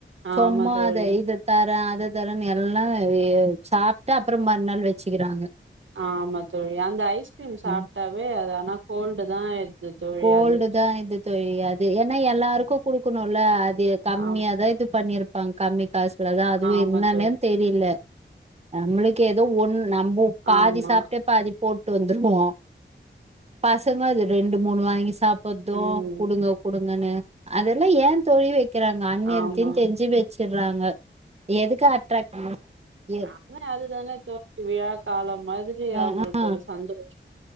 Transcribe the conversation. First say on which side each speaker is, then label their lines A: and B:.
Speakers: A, on the right (about 80°); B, on the right (about 35°).
A: ஆமா
B: சொம்மா
A: தோழி
B: அது இது தர அது தர எல்லா வே சாப்ட்டு அப்றம் மறுநாள் வெச்சிக்கிறாங்க
A: ஆமா தோழி அந்த ஐஸ்கிரீம் சாப்ட்டாவே
B: ம்
A: அது ஆனா கோல்டு தா தோழி
B: கோல்டு
A: அது
B: தா இது தோழி அது ஏனா எல்லாருக்கு குடுக்கணுல்ல அது கம்மியாதா
A: ஆம்
B: இது பண்ணிருப்பாங்க கம்மி காசு குள்ள தா அதுவே
A: ஆமா
B: என்னான்னே
A: தோழி
B: தெரியல நம்மளு க்கே எதோ ஒன்னு நம்ப பாதி
A: ஆமா
B: சாப்ட்டே பாதி போட்டு வந்துருவோ பசங்க அது ரெண்டு மூணு வாங்கி சாப்பட்து
A: ம்
B: குடுங்க குடுங்கனு அதெல்லா ஏ தோழி விக்கிறாங்கஅன்நெறத்தின்
A: ஆமா
B: தெஞ்சி வச் வச்சிட்றாங்க எதுக்கு அட்ராக் ப எ
A: ன்னே அதுதானே தோழி விழா காலம் மாதிரி
B: ஆ
A: அவுங்களுக்
B: ஆ
A: ஒரு சந்தோஷம்